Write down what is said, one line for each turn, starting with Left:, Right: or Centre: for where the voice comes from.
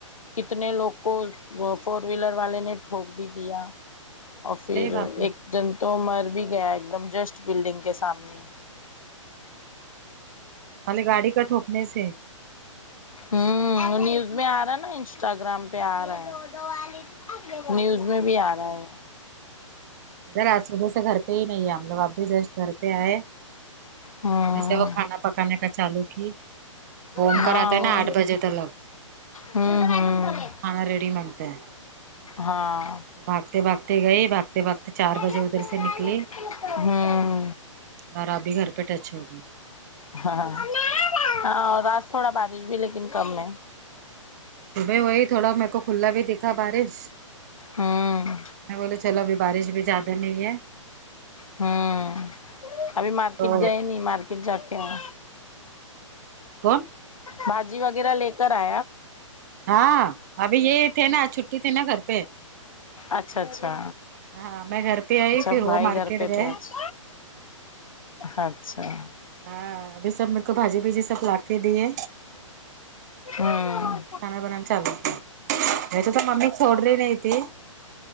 Left: کتنے لوگ کو فور ویلر والے نے ٹھوک بھی دیا اور پھر
Right: ارے باپ رے
Left: ایک دن تو مر بھی گیا ایک دم جسٹ بلڈنگ کے ساتھ سامنے
Right: کھلے خالی گاڑی کا ٹھوکنے سے
Left: ہ نیوز میں آ رہا ہے نا انسٹاگرام پہ آ رہا ہے نیوز
Right: کیا
Left: میں
Right: بات۔
Left: بھی آ رہا ہے
Right: ادھر آج صبح سے گھر پہ ہی نہیں ہے ہم لوگ اب بھی جسٹ گھر پہ آئے
Left: ہوں
Right: میں سے وہ کھانا پکانے کا چالو کی گھوم
Left: ہاں
Right: کر آتے ہیں
Left: وہی
Right: نا آٹھ بجے تلگ
Left: ہوں ہوں
Right: کھانا ریڈی منتا ہے
Left: ہاں
Right: بھاگتے بھاگتے گئی بھاگتے بھاگتے چار بجے
Left: ہوں
Right: ادھر سے نکلی
Left: ہاں
Right: اور ابھی گھر پہ ٹچ ہو گئی
Left: ہاں ہاں ہاں اور آج تھوڑا بارش بھی لیکن کم ہے
Right: صبح وہی تھوڑا میر کو کھلا بھی دیکھا بارش
Left: ہوں
Right: میں بولے چلو ابھی بارش بھی زیادہ نہیں ہے
Left: ہوں ابھی مارکیٹ
Right: تو
Left: گئے نہیں مارکیٹ جا تے ہے
Right: کون
Left: باجی وغیرہ لے کر آیا
Right: ہاں ابھی یہی تھے نا چھٹی تھی نا گھر پہ
Left: اچھا اچھا
Right: ہاں میں گھر پہ آئی
Left: اچھا
Right: پھر
Left: بھائی
Right: وہ مارکیٹ
Left: گھر پہ
Right: گئے
Left: تھے آج اچھا <unintelligible>
Right: ہاں ابھی سب میرے کو بھاجی بجی سب لا کے دیے
Left: ہاں
Right: کھانا بناکے چاول بنا میکو تو ممی چوڑتی نہیں تھی